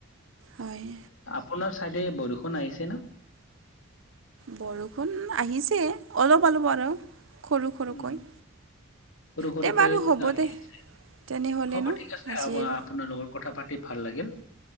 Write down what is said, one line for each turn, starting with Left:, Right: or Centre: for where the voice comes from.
Right: হয়।
Left: আপোনাৰ চাইডে বৰষুণ, আহিছে ন।
Right: বৰষুণ, আহিছে অলপ -অলপ আৰু সৰু- সৰুকৈ
Left: উম। সৰু -সৰু
Right: দে বাৰু
Left: কৈ
Right: হ'ব
Left: আহি
Right: দে
Left: আছে।
Right: তেনেহ'লে
Left: হ'ব
Right: ন
Left: ঠিক আছে
Right: আজিৰ
Left: আপোনাৰ লগত কথা পাতি ভাল লাগিল।